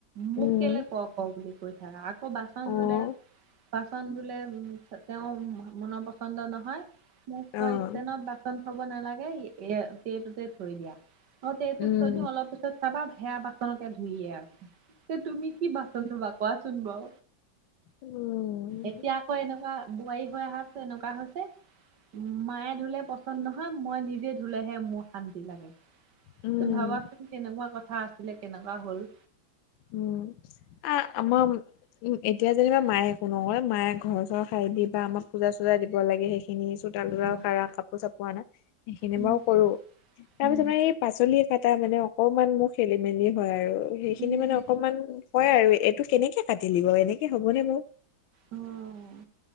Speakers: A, on the right; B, on the left.
A: মোক
B: উম,
A: কেলে কৰ কৰ বুলি কৈ থাকা আকৌ বাচন
B: অ',
A: ধুলে বাচন ধুলে তেওঁ মনৰ পচন্দ নহয় মোক কয়
B: অ'।
A: ষ্টেনত বাচন থ'ব নালাগে এয়া এইটোতে থৈ দিয়া অ সেইটোত
B: উম,
A: থৈ দিওঁ অলপ পি পিছত চাবা সেয়া বাচনকে ধুইয়ে আছে তেনে তুমি কি বাচন ধুবা কোৱাচোন বাও
B: উম,
A: এতিয়া হয় এনেকুৱা বোৱাৰী হৈ আহা পিছত এনেকুৱা হৈছে মায়ে ধুলে পচন্দ নহয় মই নিজে ধুলেহে মোৰ শান্তি লাগে
B: উম।
A: ত ভাবাচোন কেনেকুৱা কথা আছিলে কেনেকুৱা হ'ল
B: উম আ আমাৰ উ এতিয়া যেনিবা মায়ে একো নকয় মায়ে ঘৰ চৰ সাৰি দিবা আমাক পূজা চূজা দিব লাগে সেইখিনি চোতাল তোতাল
A: অ
B: সাৰা কাপোৰ চাপোৰ আনা সেইখিনি
A: উম
B: বাও কৰো তাৰ
A: উম
B: পিছত মই এই পাচলি কাটা মানে অকণমান মোৰ খেলি মেলি হয় আৰু সেইখিনি
A: উম
B: মানে অকমান হয় আৰু এইটো কেনেকে কাটিলি বাৰু এনেকে হ'বনে বাও
A: অহ